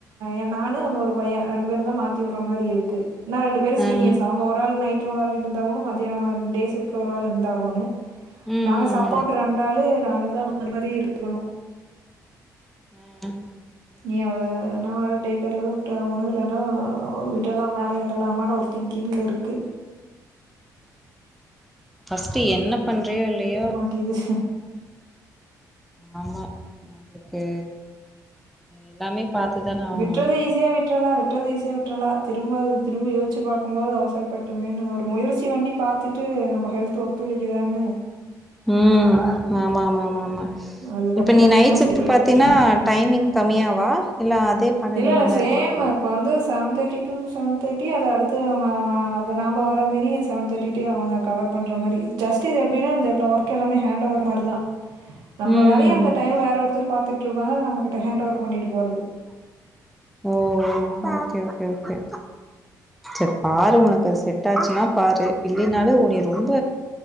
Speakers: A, on the right; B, in the centre.
A: எ நானு ஒன்னோரு பைய ரெண்டு பேருந்தா மாத்திவுற மாரி இருக்கு இன்னா ரெண்டு பேர் சீனியர்ஸ்
B: ஆ ம்
A: அவுங்க ஒரு ஆள் நைட் ஒரு ஆள் இருந்தா கூட மதியானம் டே சிப்ட் ஒரு ஆள் இருந்தாவனு
B: ம்
A: நாங்க சப்போர்டராண்டாலு
B: ம்
A: நாங்கதா மாரி மாரி இருக்கனு
B: ம்
A: நீ அவள நா அவள டேகேர்லதா ஒண்ணுயிலன்னா விடலா வேலய விடலாமா ஒரு திங்கிங்ல இருக்கு
B: ஃபர்ஸ்ட்டு என்ன பண்றியோ இல்லயோ
A: டூரிசம்
B: ஆமா நமளுக்கு எல்லாமே பாத்துதான ஆவணு
A: விட்றுதி ஈசியா வி்ட்றலா விட்டுறது ஈசியா வி்ட்றலா திரும்பது திரும்ப யோச்சு பாக்கும்போது அவசரப்பட்டுமே ஒரு முயற்சி பண்ணி பாத் த்துட்டு நம்ம ஹெல்த் ஒத்துழைக்குதானு
B: ம் ஆமா மாமா மாமா
A: அதுக்கப்புற
B: இப்ப நீ
A: வேணா
B: நைட் ஷிப்ட்
A: ஸ்டெப் எடுத்துக்கலா
B: பாத்தீன்னா டைமிங் கம்மியாவா இல்ல அதே பன்னெண்டு
A: இல்ல இல்ல
B: மண்
A: சேம்
B: நேரோ பாக்கணுமா
A: இப்ப வந்து seven thirty to seven thirty அத அடுத்து மாமா அது நாம வரந்தனி செவன் தேர்ட்டி ட்டு அவுங்க கவர் பண்ற மாரி ஜஸ்ட்டு இது எப்பினா அந்த ஒர்க் ஹேண்ட் ஓவர் மாரி தா நம்ம
B: ம்
A: வேலய
B: ம்
A: அந்த
B: ம்
A: டைம் வேற ஒருத்தர் பாத்துட்டுருப்பாங்க அத நம்ம கிட்ட ஹேண்ட்ஓவர் பண்ணிட்டு போறது
B: ஓ ஓ ஓகே ஓகே <inaudible> சேரி பாரு ஒனக்கு செட் ஆச்சுன்னா பாரு இல்லைனாலு உனைய ரொம்ப